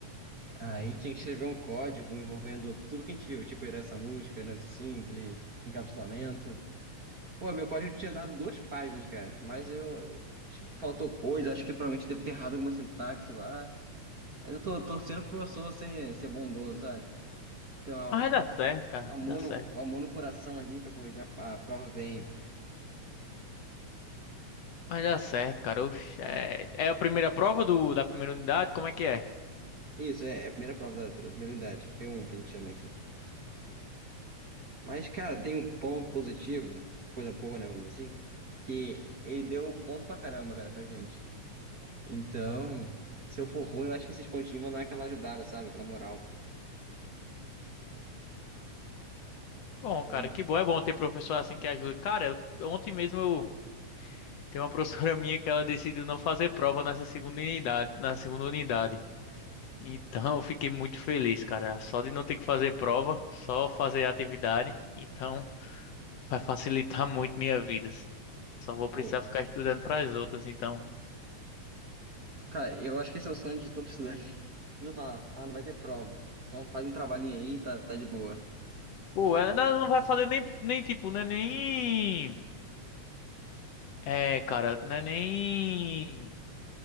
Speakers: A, on the right (about 40°); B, on the left (about 65°).
A: Aí tinha que escrever um código envolvendo tudo que a gente viu, tipo herança múltipla, herança simples, encapsulamento. Pô, meu código tinha dado duas páginas, cara. Mas eu. acho Faltou coisa, acho que provavelmente deve ter errado alguma sintaxe lá. Mas eu tô torcendo pro professor ser, ser bondoso, sabe? Ter um,
B: Mas vai dar
A: um
B: certo, cara,
A: amor
B: vai dar certo.
A: no, um amor no coração ali pra corrigir a, a prova bem.
B: Vai dar certo, cara. Oxe, é, é a primeira prova do, da primeira unidade? Como é que é?
A: Isso, é, é a primeira prova da, da primeira unidade, P1 que a gente chama aqui. Mas, cara, tem um ponto positivo, coisa boa, né, vamos dizer assim, que ele deu ponto pra caramba, cara, pra gente. Então, se eu for ruim, eu acho que esses pontinhos vão dar aquela ajudada, sabe? Aquela moral.
B: Bom,
A: Aquela
B: cara, que bom, é bom ter professor assim que ajuda. Cara, eu- ontem mesmo eu tenho uma <laughs> professora minha que ela decidiu não fazer prova nessa segunda unidade, na segunda unidade. Então, eu fiquei muito feliz, cara, só de não ter que fazer prova, só fazer atividade. Então, vai facilitar <laughs> muito minha vida. Só vou precisar
A: moral.
B: ficar estudando para as outras, então.
A: Cara, eu acho que esse é o sonho de todo estudante. <laughs> Preciso falar, ah, não vai ter prova. Só faz um trabalhinho aí, e tá, tá de boa.
B: Pô,
A: Tá de
B: ela
A: boa.
B: não não vai fazer nem nem tipo, né, nem é, cara, não é nem